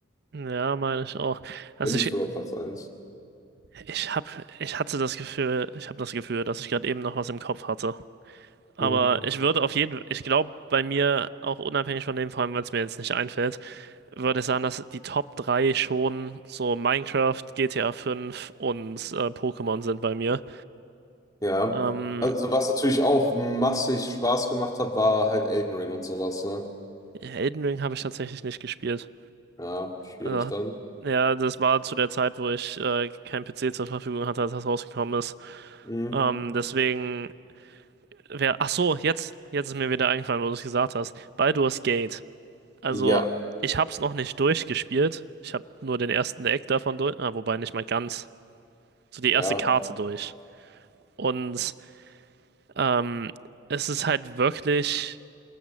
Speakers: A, on the right; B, on the left.
A: ja, meine ich auch. Also
B: wenn nicht
A: ich,
B: sogar Platz eins
A: Ich hab, ich hatte das Gefühl, ich habe das Gefühl, dass ich gerade eben noch was im Kopf hatte. Aber
B: Hm.
A: ich würde auf jeden, ich glaube, bei mir, auch unabhängig von dem, vor allem, weil es mir jetzt nicht einfällt, würde ich sagen, dass die Top 3 schon so Minecraft, GTA 5 und äh, Pokémon sind bei mir.
B: Ja.
A: Ähm,
B: Also, was natürlich auch massig Spaß gemacht hat, war halt Elden Ring und sowas, ne?
A: Elden Ring habe ich tatsächlich nicht gespielt.
B: Ja, schwierig
A: Also,
B: dann.
A: ja, das war zu der Zeit, wo ich äh, kein PC zur Verfügung hatte, als das rausgekommen ist.
B: Mhm.
A: Ähm, deswegen Wer, ach so, jetzt, jetzt ist mir wieder eingefallen, wo du es gesagt hast. Baldur's Gate. Also,
B: Ja,
A: ich hab's noch nicht durchgespielt. Ich hab nur den ersten Eck davon durch. Ah, wobei nicht mal ganz. So die erste
B: ja,
A: Karte durch. Und ähm, es ist halt wirklich